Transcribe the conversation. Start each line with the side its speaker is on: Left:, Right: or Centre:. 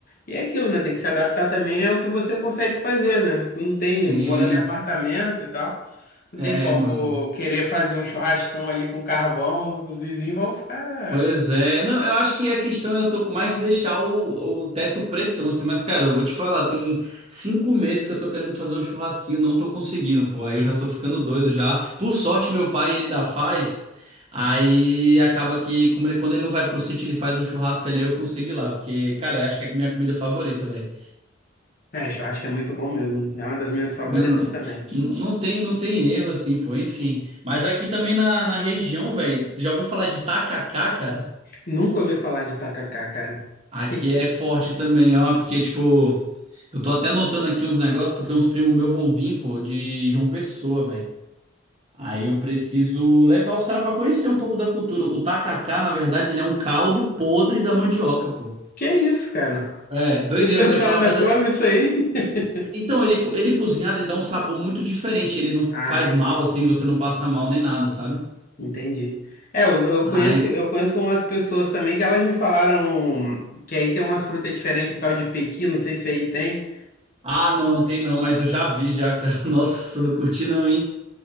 Left: E é aquilo, né, tem que se adaptar também ao que você consegue fazer, né? Você não tem,
Right: Sim,
Left: morando em apartamento e tal. Não
Right: é,
Left: tem como
Right: mano.
Left: querer fazer um churrascão ali com carvão, os vizinhos vão ficar.
Right: Pois é. Não, eu acho que a questão é eu tô com mais de deixar o, o teto pretão, assim, mas, cara, eu vou te falar, tem cinco meses que eu tô querendo fazer um churrasquinho, não tô conseguindo, pô. Aí eu já tô ficando doido já. Por sorte, meu pai, ele ainda faz. Aí acaba que, como ele, quando ele não vai pro sítio, ele faz um churrasco ali, aí eu consigo ir lá. Porque, cara, eu acho que é a minha comida favorita, velho.
Left: É, churrasco é muito bom mesmo. É uma das minhas favoritas
Right: Não, não,
Left: também.
Right: não não tem, não tem erro, assim, pô, enfim. Mas aqui também na, na região, velho, já ouviu falar de tacacá, cara?
Left: Nunca ouvi falar de tacacá, cara.
Right: Aqui
Left: Que que
Right: é
Left: é?
Right: forte também, ó, porque, tipo, eu tô até anotando aqui uns negócios, porque uns primos meus vão vir, pô, de João Pessoa, velho. Aí eu preciso levar os caras pra conhecer um pouco da cultura. O tacacá, na verdade, ele é um caldo podre da mandioca, pô.
Left: Que é isso, cara?
Right: É, doideira,
Left: E o pessoal
Right: né? Falar,
Left: ainda
Right: mas
Left: come
Right: as...
Left: isso aí? <laughs>
Right: Então, ele, co- ele cozinhado, ele dá um sabor muito diferente. Ele não
Left: Ah,
Right: faz
Left: ente-
Right: mal, assim, você não passa mal nem nada, sabe?
Left: entendi. É, eu, eu
Right: Ai...
Left: conheço, eu conheço umas pessoas também que elas me falaram que aí tem umas frutas diferentes, tal de pequi, não sei se aí tem.
Right: Ah, não, tem não, mas eu já vi já, cara. <laughs> Nossa, eu não curti não, hein?